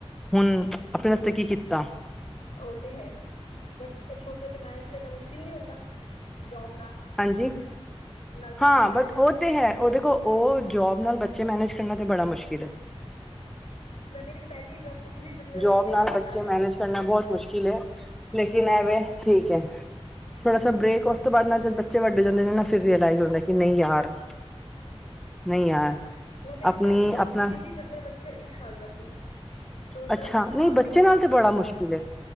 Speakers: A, in the centre; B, on the left.
A: ਹੁਣ ਆਪਣੇ ਵਾਸਤੇ ਕੀ ਕੀਤਾ।
B: ਉਹ ਤੇ ਹੈ ਬਟ ਛੋਟੇ ਉੱਤੇ ਮੈਨੇਜ ਕਰਨਾ ਮੁਸ਼ਕਿਲ ਨੀ ਹੁੰਦਾ। ਜੌਬ
A: ਹਾਂਜੀ,
B: ਬੱਚੇ
A: ਹਾਂ
B: ਮੈਨੇਜ
A: ਬਟ ਉਹ ਤੇ ਹੈ ਉਹ ਦੇਖੋ ਉਹ ਜੋਬ ਨਾਲ ਬੱਚ ਤੇ ਮੈਨੇਜ ਕਰਨਾ ਤੇ ਬੜਾ ਮੁਸ਼ਕਿਲ ਏ।
B: ਮੈਂ ਮੇਰੀ ਪਹਿਲੀ ਜੋਬ ਕੀਤੀ ਸੀ ਜਦ ਮੇਰਾ
A: ਜੋਬ
B: ਬੱਚਾ
A: ਨਾਲ
B: ਇੱਕ
A: ਬੱਚੇ
B: ਸਾਲ ਦਾ
A: ਮੈਨੇਜ
B: ਸੀ
A: ਕਰਨਾ ਬਹੁਤ ਮੁਸ਼ਕਿਲ ਐ ਲੇਕਿਨ ਐਵੇਂ ਠੀਕ ਐ। ਥੋੜਾ ਸਾ ਬ੍ਰੇਕ, ਉਸ ਤੋਂ ਬਾਅਦ ਨਾ ਜਦ ਬੱਚੇ ਵੱਡੇ ਜਾਂਦੇ ਨੇ ਨਾ ਫਿਰ ਰੀਅਲਾਈਜ਼ ਹੁੰਦਾ ਕਿ ਨਹੀਂ ਯਾਰ ਨਹੀਂ ਯਾਰ।
B: ਮੈਂ ਮੇਰੀ
A: ਆਪਣੀ
B: ਪਹਿਲੀ ਜੋਬ
A: ਆਪਣਾ
B: ਕੀਤੀ ਸੀ, ਜੱਦ ਮੇਰਾ ਬੱਚਾ ਇੱਕ ਸਾਲ ਦਾ ਸੀ। ਤੇ ਕਰਚ
A: ਅੱਛਾ
B: ਤੋਂ
A: ਨਹੀਂ
B: ਪਾ
A: ਬੱਚੇ
B: ਕੇ ਮੈਂ
A: ਨਾਲ
B: ਜੋਬ
A: ਤੇ ਬੜਾ
B: ਕੀਤੀ
A: ਮੁਸ਼ਕਿਲ
B: ਸੀ।
A: ਹੈ